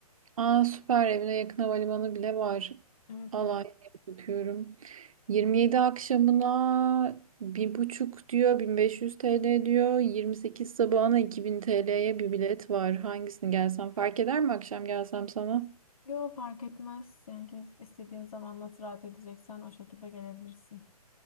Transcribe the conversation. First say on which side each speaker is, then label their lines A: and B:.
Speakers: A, on the right (about 60°); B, on the left (about 60°).
A: Aa süper evine yakın havalimanı bile var.
B: Evet
A: Alanya'ya
B: evet.
A: bakıyorum. 27 akşamına bir buçuk diyor 1500 TL diyor. 28 sabahına 2000 TL'ye bir bilet var. Hangisini gelsem fark eder mi akşam gelsem sana?
B: Yo fark etmez yani kes- istediğin zaman nasıl rahat edeceksen o şekilde gelebilirsin.